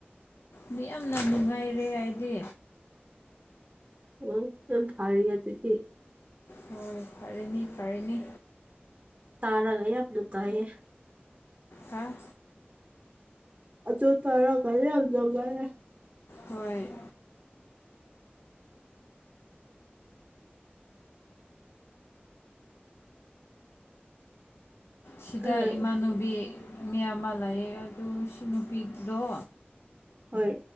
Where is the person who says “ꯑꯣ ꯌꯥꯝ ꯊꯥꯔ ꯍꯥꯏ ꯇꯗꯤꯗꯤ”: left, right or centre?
Right